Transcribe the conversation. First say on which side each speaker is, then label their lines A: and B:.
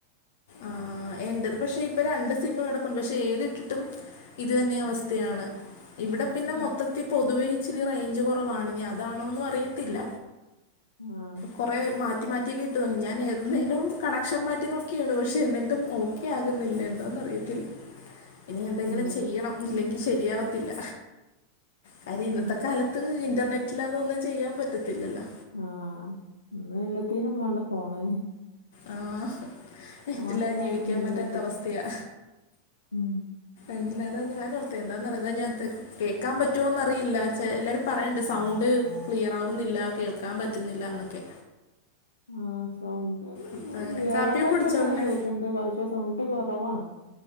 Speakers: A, on the left; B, on the left.
A: ആഹ് എന്റെത് പക്ഷെ ഇപ്പ രണ്ട് സിമ് കെടപ്പുണ്ട് പക്ഷെ ഏത് ഇട്ടിട്ടും ഇത് തന്നെ അവസ്ഥയാണ് ഇവിടെ പിന്നെ
B: ആ
A: മൊത്തത്തിൽ പൊതുവേ ഇച്ചിരി റേഞ്ച് കുറവവാണ് നി അതാണോന്നും അറിയത്തില്ല
B: ആഹ്
A: കുറെ മാറ്റി മാറ്റിയൊക്കെ ഇട്ടു ഞാൻ ഏതുന്നേരം കണക്ഷൻ മാറ്റി നോക്കി ക്കാണ് പക്ഷെ എന്നിട്ടും ഓക്കെ ആകുന്നില്ല എന്താന്ന് അറിയത്തില്ല ഇനി എന്തെങ്കിലും
B: ഏ
A: ചെയ്യണം ഇല്ലെങ്കിൽ ശരിയാവത്തില്ല കാര്യം ഇന്നത്തെ
B: ആ
A: കാലത്ത് ത് ഇന്റർനെറ്റിലാ തൊന്നും ചെയ്യാൻ പറ്റത്തില്ലല്ലോ
B: ആഹ് ഇന്ന് എല്ലത്തിനും വാണ്ടെ ഫോണ്
A: ആഹ് മറ്റില്ല
B: ഫോണില്ലാത്ത
A: ജീവിക്കാൻ
B: ഒന്നിനും
A: പറ്റാത്ത
B: പറ്റൂല
A: അവസ്ഥയാ
B: ഉം
A: എങ്ങനെയാ അതാ ഞാൻ ഓർത്തത് എന്താെന്ന പറിയതാ ഞൻ കേൾക്കാൻ പറ്റുവോ എന്നറിയില്ല ചെ എല്ലാരും പറയുന്നുണ്ട് സൗണ്ട് ക്ലിയർ ആവുന്നില്ല കേൾക്കാൻ പറ്റുന്നില്ല ന്നൊക്കെ
B: ആഹ് സൗണ്ട്
A: അപ്പം അങ്ങനെ കാപ്പിയൊക്കെ
B: ഏററായിട്ടൊന്നല്ല
A: കുടിച്ചോ പിന്നെ
B: കേൾക്കണ്ട് പക്ഷെ സൗണ്ട് കൊറവാണ്